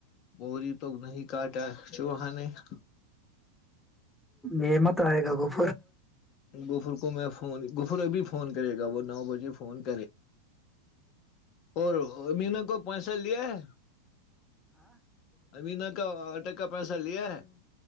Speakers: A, on the left; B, in the centre.
A: بوری تو نہیں کاٹا چوہ نے <unintelligible>
B: یہمت ہے گا گو <unintelligible>
A: گفر کو میں فون گفر ابھی فون کرے گا وہ <unintelligible> نو بجے فون <unintelligible> اور امینا کو پیسہ لیا ہے امینا کا آٹے کا پیسہ لیا ہے